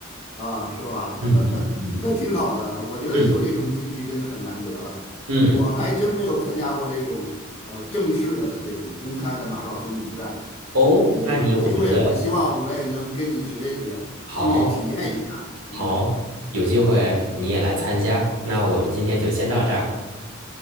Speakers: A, on the left; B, on the right.
A: 啊，是吧？
B: 嗯嗯嗯
A: <laughs> 那挺好的，我觉得有这种经历真的很难得了。
B: 嗯嗯，
A: 我还真没有参加过这种呃正式的这种公开的马拉松比赛。
B: 哦，
A: 呃，
B: 那你我觉得
A: 有机会，我希望我也能跟你学一学，
B: 好。
A: 去体验一下。嗯，
B: 好，有机会你也来参加。那我们今天就先到这儿。